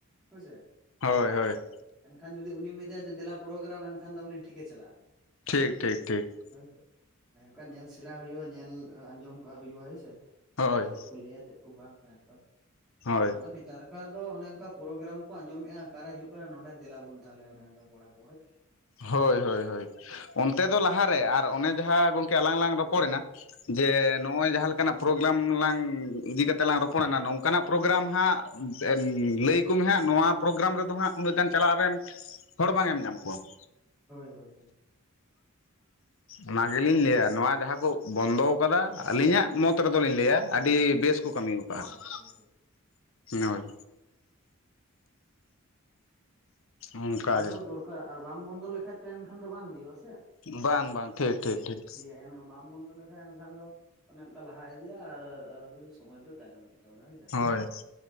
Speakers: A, in the centre; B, on the left.
A: ᱦᱳᱭ ᱥᱮ
B: ᱦᱳᱭ ᱦᱳᱭ ᱾
A: ᱮᱱᱠᱷᱟᱱ ᱡᱩᱫᱤ ᱩᱱᱤᱢ ᱢᱮᱛᱟᱭᱟ ᱡᱮ ᱫᱮᱞᱟ ᱯᱨᱳᱜᱨᱟᱢ ᱮᱱᱠᱷᱟᱱ ᱫᱚ ᱩᱱᱤ ᱴᱷᱤᱠᱮ ᱪᱟᱞᱟᱜᱼᱟ ᱾
B: ᱴᱷᱤᱠ ᱴᱷᱤᱠ ᱴᱷᱤᱠ ᱾
A: ᱦᱳᱭ ᱥᱮ ᱾ ᱚᱱᱠᱟ ᱧᱮᱞ ᱥᱮᱬ ᱦᱩᱭᱩᱜᱼᱟ ᱧᱮᱞ ᱟᱸᱡᱚᱢ ᱠᱟᱜ ᱦᱩᱭᱩᱜᱼᱟ ᱦᱳᱭᱥᱮ ᱾
B: ᱦᱳᱭ
A: ᱪᱮᱫ ᱠᱚ ᱠᱚ ᱞᱟᱹᱭᱟ ᱪᱮᱫ ᱠᱚ ᱵᱟᱝ ᱚᱱᱠᱟ
B: ᱦᱳᱭ
A: ᱟᱫᱚ ᱱᱮᱛᱟᱨ ᱠᱟᱨ ᱫᱚ ᱚᱱᱮ ᱚᱱᱠᱟ ᱯᱨᱜᱨᱟᱢ ᱠᱚ ᱟᱸᱡᱚᱢᱮᱫᱼᱟ ᱚᱠᱟᱨᱮ ᱦᱩᱭᱩᱜ ᱠᱟᱱᱟ ᱱᱚᱰᱮ ᱫᱮᱞᱟᱵᱚᱱ ᱛᱟᱦᱚᱞᱮ ᱚᱱᱮ ᱚᱱᱠᱟ ᱠᱚᱲᱟ ᱠᱚ ᱾
B: ᱦᱳᱭ ᱦᱳᱭ ᱦᱳᱭ ᱾ ᱚᱱᱛᱮ ᱫᱚ ᱞᱟᱦᱟᱮ ᱟᱨ ᱚᱱᱮ ᱡᱟᱦᱟᱸ ᱜᱚᱝᱠᱮ ᱟᱞᱟᱝ ᱞᱟᱝ
A: ᱦᱳᱭ
B: ᱨᱚᱯᱚᱲᱮᱱᱟ ᱡᱮ ᱱᱚᱜᱼᱚᱭ ᱡᱟᱦᱟᱸ ᱞᱮᱠᱟᱱᱟᱜ ᱯᱨᱳᱜᱨᱟᱢ ᱞᱟᱝ ᱤᱫᱤ ᱠᱟᱛᱮ ᱞᱟᱝ ᱨᱚᱯᱚᱲᱱᱟ ᱱᱚᱝᱠᱟᱱᱟᱜ ᱯᱨᱳᱜᱨᱟᱢ ᱦᱟᱸᱜ ᱞᱟᱹᱭ ᱟᱹᱭ ᱢᱮ ᱦᱟᱸᱜ ᱱᱚᱣᱟ ᱯᱨᱳᱜᱨᱟᱢ ᱨᱮᱫᱚ ᱦᱟᱸᱜ ᱩᱱᱟᱹᱜ ᱜᱟᱱ ᱪᱟᱞᱟᱣ ᱨᱮᱱ ᱦᱚᱲ ᱵᱟᱝ ᱮᱢ ᱧᱟᱢ ᱠᱚᱣᱟ ᱾
A: ᱦᱳᱭ ᱦᱳᱭ ᱦᱳᱭ
B: ᱚᱱᱟ ᱜᱮ
A: ᱚᱱᱟᱜᱮ
B: ᱞᱤᱧ ᱞᱟᱹᱭᱟ
A: ᱠᱟᱛᱷᱟ
B: ᱱᱚᱣᱟ
A: ᱫᱚ
B: ᱡᱟᱦᱟᱸ ᱠᱚ ᱾ ᱵᱚᱱᱫᱚ ᱟᱠᱟᱫᱟ ᱟᱹᱞᱤᱧᱟᱜ ᱢᱚᱛ ᱨᱮᱫᱚ ᱞᱤᱧ ᱞᱟᱹᱭᱟ ᱟᱹᱰᱤ ᱵᱮᱥ ᱠᱚ ᱠᱟᱹᱢᱤ ᱟᱠᱟᱫᱟ
A: ᱦᱳᱭ᱾
B: ᱾ ᱦᱳᱭ ᱚᱱᱠᱟᱜᱮ
A: ᱵᱚᱱᱫᱚ ᱫᱚᱨᱠᱟᱨ ᱟᱨ ᱵᱟᱢ ᱵᱚᱱᱫᱚ ᱞᱮᱠᱟᱱᱡ ᱮᱱᱠᱷᱟᱱ ᱫᱚ ᱵᱟᱝ ᱦᱩᱭᱩᱜᱼᱟ ᱥᱮ ᱾
B: ᱵᱟᱝ ᱵᱟᱝ ᱴᱷᱤᱠ ᱴᱷᱤᱠ ᱴᱷᱤᱠ
A: ᱵᱟᱢ ᱵᱚᱱᱫᱚ ᱞᱮᱠᱷᱟᱱ ᱮᱱᱠᱷᱟᱱ ᱫᱚ ᱚᱱᱮ ᱚᱱᱠᱟ ᱞᱟᱦᱟ ᱤᱫᱤᱭᱟ ᱟᱨ ᱥᱚᱢᱚᱭ ᱫᱚ ᱛᱟᱭᱱᱚᱢ ᱤᱫᱤ ᱛᱟᱵᱚᱱ ᱦᱳᱭ ᱥᱮ
B: ᱦᱳᱭ